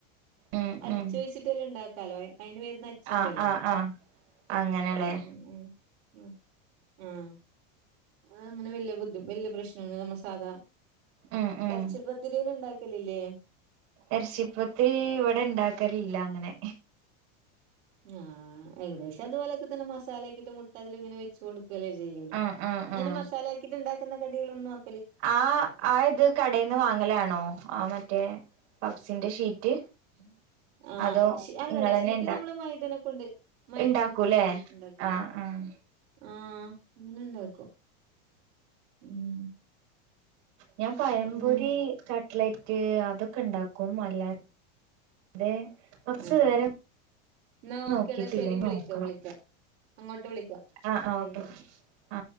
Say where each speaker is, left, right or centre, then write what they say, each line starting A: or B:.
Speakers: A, on the right; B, on the right.
A: ഉം
B: അച്ചു
A: ഉം
B: വെച്ചിട്ടുള്ളൊണ്ടാക്കാലോ അയിന് വരുന്ന അച്ചുണ്ടല്ലോ
A: ആഹ് ആഹ് ആഹ് അങ്ങനെല്ലേ
B: ഉം ഉം ഉം ഉം അതങ്ങനെ വല്ല്യ ബുദ്ധി വലിയ പ്രശ്നൊന്നില്ല നമ്മ സാധാ
A: ഉം ഉം
B: എറച്ചി പത്തിരി ഒന്നും ഉണ്ടാക്കലില്ലേ
A: എറച്ചിപ്പത്തിരി ഇവിടൊണ്ടാക്കലില്ല അങ്ങനെ
B: ആഹ് ഏകദേശം അതുപോലൊക്കെ തന്നെ മസാല ഒക്കെയിട്ട് മുട്ട അതി തിലിങ്ങനെ വെച്ചു കൊടുക്ക് ലേ ചെയ്യുള്ളു
A: ആഹ് ആഹ്
B: അങ്ങനെ
A: ആഹ്
B: മസാല ഒക്കെ ഇട്ടുണ്ടാക്കുന്ന കടികളൊന്നും അ
A: ആ ആ ഇത് കടേന്നെ വാങ്ങലാണോ ആ മറ്റേ പപ്പ്സിന്റെ ഷീറ്റ്
B: ഉം <unintelligible> ആ
A: അതോ
B: ശീ അല്ലല്ല
A: ഇങ്ങളെന്നെ
B: ഷീറ്റു
A: ഇണ്ടാ
B: നമ്മളെ മൈദേനെക്കൊണ്ട് മൈദനെക്കൊണ്ടാക്കിട്ടുണ്ടാക്കല്
A: ഇണ്ടാക്കൂല്ലേ ആഹ് ആഹ്
B: ആഹ് ഇങ്ങനുണ്ടാക്കും ഉം
A: ഞാൻ പയംപൊരി
B: പിന്നെ
A: കട്ട്ലേറ്റ് അതൊക്കെ ഉണ്ടാക്കും അല്ലാതെ കുറച്ച്
B: ആ
A: വേര
B: എന്നാ
A: നോക്കീട്ടില്ലേ
B: ഓക്കേടാ ശരി
A: നോക്കണം
B: വിളിക്ക വിളിക്ക അങ്ങോട്ട് വിളിക്കാം
A: ആ ആ
B: ടൈം
A: ഓക്കെ ആ